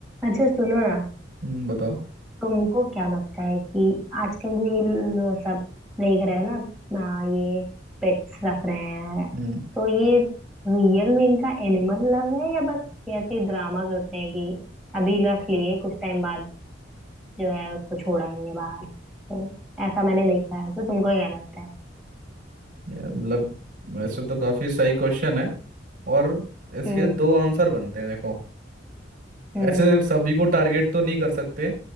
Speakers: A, in the centre; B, on the right (about 45°).
A: अच्छा सुनो ना
B: हम्म, बताओ
A: तुमको क्या लगता है कि आजकल जो ये ल- सब देख रहे हो ना अपना ये पेट्स रख रहे हैं
B: हम्म
A: तो ये रियल में इनका एनिमल लव है या बस ऐसे ही ड्रामा करते हैं कि अभी रख लिए कुछ टाइम बाद जो है उसको छोड़ाएंगे बाहर तो ऐसा मैंने देखा है तो तुमको क्या लगता है
B: यार मतलब वैसे तो काफी सही क्वेश्चन है और इसके
A: हम्म
B: दो आंसर बनते हैं देखो
A: हम्म
B: ऐसे सभी को टारगेट तो नहीं कर सकते